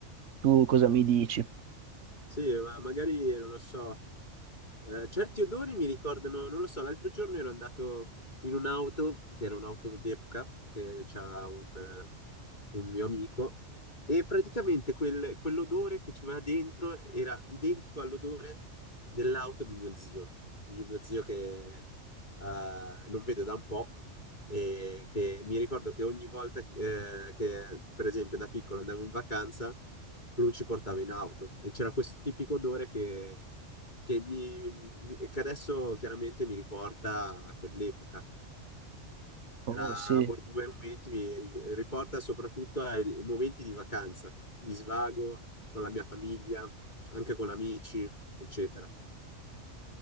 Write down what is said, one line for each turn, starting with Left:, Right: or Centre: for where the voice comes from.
Right: tu cosa mi dici?
Left: Sì, ma magari non lo so. Eh, certi odori mi ricordano, non lo so, l'altro giorno ero andato in un'auto, che era un'auto d'epoca, che c'ha un, eh, un mio amico, e praticamente quel- quell'odore che c'era dentro era identico all'odore dell'auto di mio zio, di un mio zio che eh, non vedo da un po', e che mi ricordo che ogni volta eh, che, per esempio, da piccolo andavo in vacanza, lui ci portava in auto e c'era questo tipico odore che, che mi- mi- che adesso chiaramente mi riporta a quell'epoca. Era
Right: Oh sì,
Left: bo- bei momenti, mi ri- riporta soprattutto ai ai momenti di vacanza, di svago con la mia famiglia, anche con amici, eccetera.